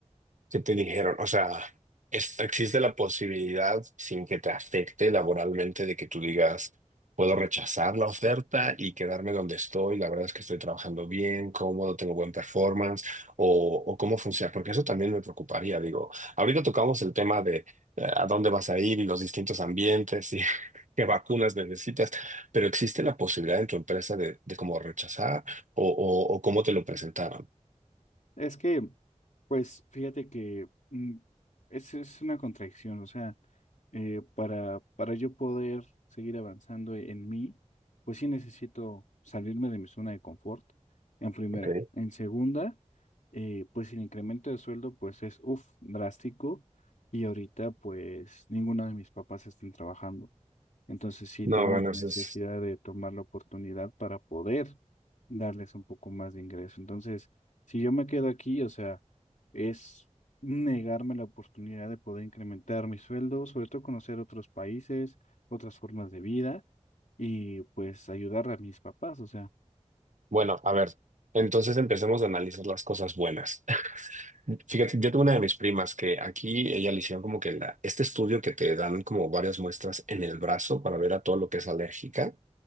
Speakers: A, on the right; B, on the left.
A: ¿Qué te dijeron? O sea, es- existe la posibilidad, sin que te afecte laboralmente, de que tú digas, puedo rechazar la oferta y quedarme donde estoy. La verdad es que estoy trabajando bien, cómodo, tengo buen performance. O, o cómo funciona, porque eso también me preocuparía. Digo, ahorita tocamos el tema de eh, a dónde vas a ir y los distintos ambientes y <laughs> qué vacunas necesitas, pero existe la posibilidad en tu empresa de, de cómo rechazar o, o, o cómo te lo presentaron.
B: Es que, pues fíjate que mm, es, es una contradicción, o sea. eh, para, para yo poder seguir avanzando en mí, pues sí necesito salirme de mi zona de confort, en primera.
A: Ok.
B: En segunda, eh, pues el incremento de sueldo pues es, uff, drástico y ahorita pues ninguno de mis papás están trabajando. Entonces sí
A: No,
B: tengo
A: bueno,
B: la necesidad
A: eso es.
B: de tomar la oportunidad para poder darles un poco más de ingreso. Entonces, si yo me quedo aquí, o sea, es negarme la oportunidad de poder incrementar mi sueldo, sobre todo conocer otros países, otras formas de vida y pues ayudar a mis papás, o sea.
A: Bueno, a ver, entonces empecemos a analizar las cosas buenas. <laughs> Fíjate, yo tuve una de mis primas que aquí ella le hicieron como que la- este estudio que te dan como varias muestras en el brazo para ver a todo lo que es alérgica.